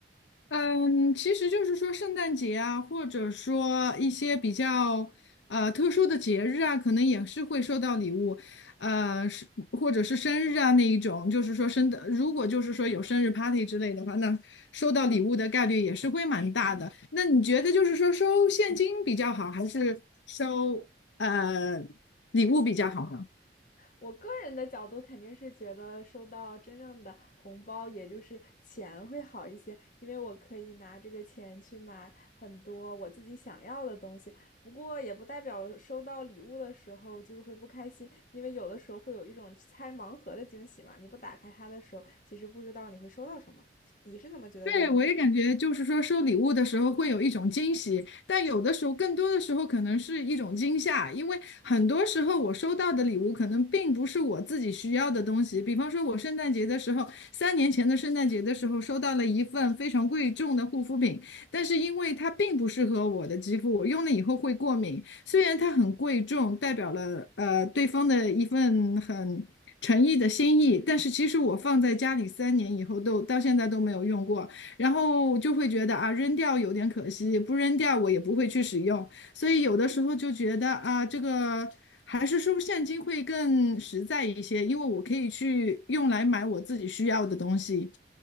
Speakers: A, on the left; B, on the left.
A: 嗯，其实就是说圣诞节啊，或者说一些比较呃特殊的节日啊，可能也是会收到礼物，呃，是或者是生日啊那一种，就是说生的，如果就是说有生日 party 之类的话，那收到礼物的概率也是会蛮大的。那你觉得就是说收现金比较好，还是收呃礼物比较好呢？
B: 我个人的角度肯定是觉得收到真正的红包，也就是钱会好一些，因为我可以拿这个钱去买很多我自己想要的东西。不过也不代表收到礼物的时候就是会不开心，因为有的时候会有一种拆盲盒的惊喜嘛，你不打开它的时候，其实不知道你会收到什么。你是怎么觉得的呢？
A: 对，我也感觉就是说收礼物的时候会有一种惊喜，但有的时候更多的时候可能是一种惊吓，因为很多时候我收到的礼物可能并不是我自己需要的东西。比方说，我圣诞节的时候，三年前的圣诞节的时候收到了一份非常贵重的护肤品，但是因为它并不适合我的肌肤，我用了以后会过敏。虽然它很贵重，代表了呃对方的一份很。诚意的心意，但是其实我放在家里三年以后都到现在都没有用过，然后就会觉得啊，扔掉有点可惜，不扔掉我也不会去使用，所以有的时候就觉得啊，这个还是收现金会更实在一些，因为我可以去用来买我自己需要的东西。